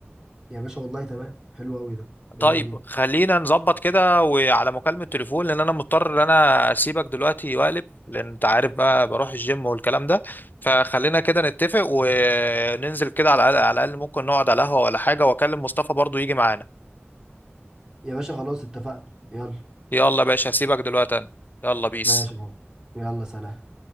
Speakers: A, on the right; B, on the left.
A: يا باشا والله تمام حلو قوي ده يلا
B: طيب
A: بينا
B: خلينا نظبط كده وعلى مكالمة تليفون لان انا مضطر ان انا اسيبك دلوقتي واقلب لان انت عارف بقى بروح الجيم والكلام ده فخلينا كده نتفق وننزل كده على الاقل على الاقل ممكن نقعد على قهوة ولا حاجة واكلم مصطفى برضو يجي معانا
A: يا باشا خلاص اتفقنا يلا
B: يلا يا باشا هسيبك دلوقتي انا يلا بيس
A: ماشي يا حب. يلا سلام